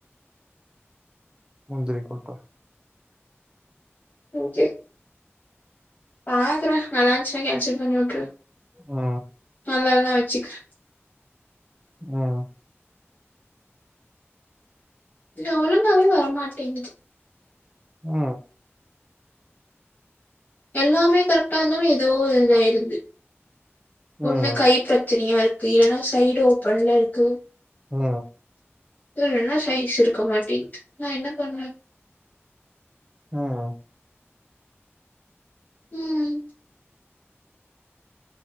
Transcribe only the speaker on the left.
ஓகே பாக்கறேன் நல்லா இருந்துச்சின்னா கேன்சல் பண்ணிவுட்ருவ
நல்லா இல்லனா வச்சிக்கிற
இதுல ஒழுங்காவே வர மாட் டிங்கிது
எல்லாமே கரெட்டாந்தாலு ஏதோ ஒரு இதாயிருது
ஒண்ணு கை பிரச்சனையா இருக் கு இல்லன்னா சைடு ஓபன்ல இருக்கு
இல்லன்னா சைஸ் இருக்க மாட்டிக்கிது நான் என்ன பண்ணுவ
ம்